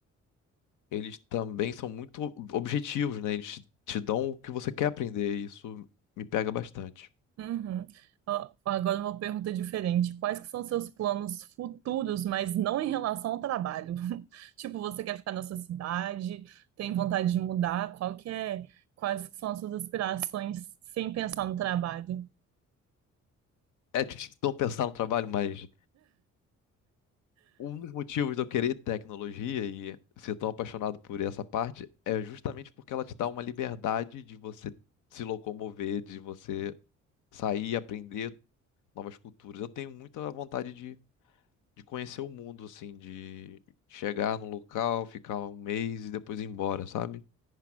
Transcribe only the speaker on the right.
Uhum. Ó, Agora uma pergunta diferente. Quais que são seus planos futuros, mas não em relação ao trabalho? <laughs> Tipo, você quer ficar na sua cidade? Tem vontade de mudar? Qual que é? Quais que são as suas aspirações sem pensar no trabalho?